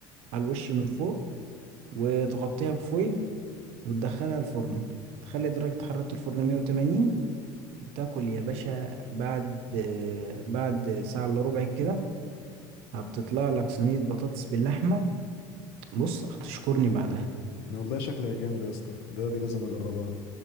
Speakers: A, on the right; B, on the left.
A: على الوش من فوق وتغطيها بفويل وتدخلها الفرن تخلي درجة حرارة الفرن 180 وتاكل يا باشا بعد آه، بعد ساعة الا ربع كده هتطلع لك صينية بطاطس باللحمة بص هتشكرني بعدها
B: ده والله شكلها جامد يا اسطى ده دي لازم اجربها